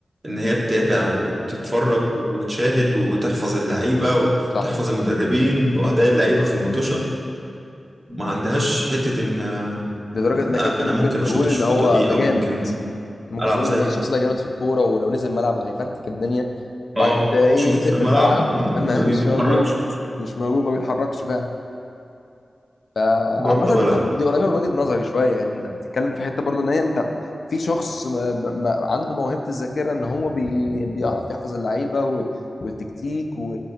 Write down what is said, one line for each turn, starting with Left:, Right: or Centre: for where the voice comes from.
Right: ان هي تتابع وتتفرج وتشاهد وتحفظ اللعيبه وتحفظ
Left: صح
Right: المدربين واداء اللعيبه في المطوشه ما عندهاش حته ان آه،
Left: لدرجه انك انت
Right: انا
Left: ممكن
Right: ممكن
Left: تقول
Right: اشوط الشوطه
Left: ان هو
Right: دي
Left: ده
Right: او
Left: جامد
Right: ممكن
Left: ممكن
Right: العب
Left: تقول
Right: زيه
Left: ان الشخص ده جامد في الكوره ولو نزل الملعب هيفرتك الدنيا وبعدين
Right: اه
Left: تلاقيه
Right: شوفه
Left: ينزل
Right: في الملعب
Left: في الملعب
Right: م-
Left: اما <laughs> مش
Right: ما بيتحركش
Left: موجود مش موجود ما بيتحركش فعلا فعامة
Right: بطه بلد
Left: انت دي قريبة من وجهة نظري شوية يعني انت بتتكلم في حتة برضو ان هي انت في شخص ما ما عنده موهبة الذاكرة ان هو بي بيعرف يحفظ اللعيبة وال- والتكتيك و-